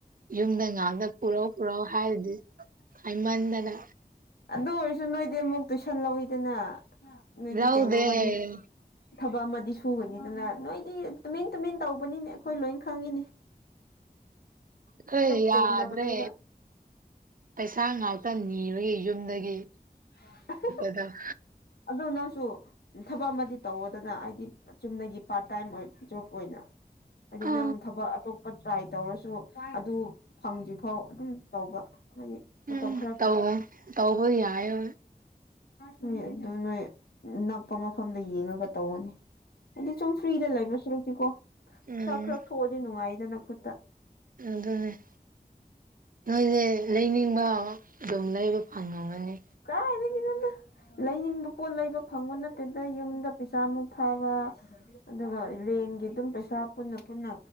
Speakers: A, on the right (about 60°); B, on the left (about 80°).
A: ꯌꯨꯝꯗ ꯉꯥꯛꯗ ꯄꯨꯔꯛ ꯄꯨꯔꯛꯎ ꯍꯥꯏꯔꯗꯤ ꯍꯥꯏꯃꯟꯗꯅ
B: ꯑꯗꯨ ꯑꯣꯏꯔꯁꯨ ꯅꯣꯏꯗꯤ ꯑꯃꯨꯛ ꯇꯨꯏꯁꯟ ꯂꯧꯋꯤꯗꯅ ꯅꯣꯏꯒꯤ
A: ꯂꯧꯗꯦ
B: ꯀꯩꯅꯣꯃꯗꯤ
A: ꯑꯩꯈꯣꯏ
B: ꯊꯕꯛ ꯑꯃꯗꯤ ꯁꯨꯒꯅꯤꯗꯅ ꯅꯣꯏꯗꯤ ꯇꯨꯃꯤꯟ ꯇꯨꯃꯤꯟ ꯇꯧꯕꯅꯤꯅꯦ ꯑꯩꯈꯣꯏ ꯂꯣꯏ ꯈꯪꯉꯤꯅꯤ
A: ꯀꯣꯏ
B: ꯐꯣꯡꯗꯕꯅꯦꯕ
A: ꯌꯥꯗ꯭ꯔꯦ ꯄꯩꯁꯥ ꯉꯥꯛꯇ ꯅꯤꯔꯒ ꯌꯨꯝꯗꯒꯤ
B: <unintelligible>
A: ꯑꯗꯨꯗ
B: ꯑꯗꯨꯗꯣ ꯅꯁꯨ ꯊꯕꯛ ꯑꯃꯗꯤ ꯇꯧꯋꯗꯅ ꯍꯥꯏꯗꯤ ꯆꯨꯝꯅꯒꯤ ꯄꯥꯔꯠ ꯇꯥꯏꯝ ꯖꯣꯕ ꯑꯣꯏꯅ ꯍꯥꯏꯗꯤ
A: ꯑ
B: ꯅꯪ ꯊꯕꯛ ꯑꯇꯣꯞ ꯇ꯭ꯔꯥꯏ ꯇꯧꯔꯁꯨ ꯑꯗꯨ ꯐꯪꯗ꯭ꯔꯤꯐꯥꯎ ꯑꯗꯨꯝ ꯇꯧꯕ ꯍꯥꯏꯗꯤ ꯃꯇꯝ
A: ꯎꯝ
B: ꯈꯔꯒꯤ
A: ꯇꯧ ꯇꯧꯕꯧꯕ ꯌꯥꯏꯦ
B: ꯍꯣꯏ ꯑꯗꯨ ꯅꯣꯏ ꯅꯛꯄ ꯃꯐꯝꯗ ꯌꯦꯡꯉꯒ ꯇꯧꯅꯤ ꯍꯥꯏꯗꯤ ꯁꯨꯝ ꯐ꯭ꯔꯤꯗ ꯂꯩꯕꯁꯨꯔꯛꯇꯀꯣ ꯄꯩꯁꯥ
A: ꯎꯝ
B: ꯈꯔ ꯊꯣꯛꯑꯗꯤ ꯅꯨꯡꯉꯥꯏꯗꯅ ꯈꯨꯠꯇ
A: ꯑꯗꯨꯅꯦ ꯅꯣꯏꯁꯦ ꯂꯩꯅꯤꯡꯕ ꯑꯗꯨꯝ ꯂꯩꯕ ꯐꯪꯉꯝꯒꯅꯤ
B: ꯀꯗꯒꯤꯦ ꯅꯟꯅ ꯂꯩꯅꯤꯡꯕ ꯄꯣꯠ ꯂꯩꯕ ꯐꯪꯕ ꯅꯠꯇꯗ ꯌꯨꯝꯗ ꯄꯩꯁꯥ ꯃꯨꯛ ꯊꯥꯕ ꯑꯗꯨꯒ ꯔꯦꯟꯒꯤ ꯑꯗꯨꯝ ꯄꯩꯁꯥ ꯄꯨꯟꯅ ꯄꯨꯟꯅ